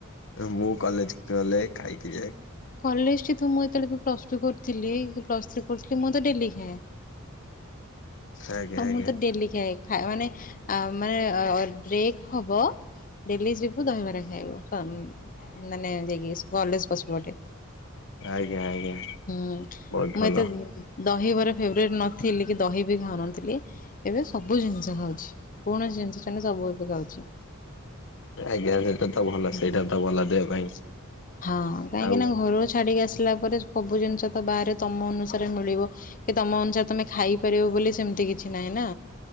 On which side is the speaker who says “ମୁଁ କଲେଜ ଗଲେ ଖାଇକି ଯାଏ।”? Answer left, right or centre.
Left